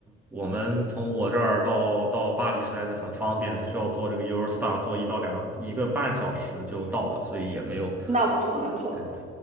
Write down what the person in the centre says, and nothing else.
我们从我这儿到到巴黎实在是很方便，只需要坐这个 Eurostar 坐一到两一个半小时就到了，所以也没有。
对对，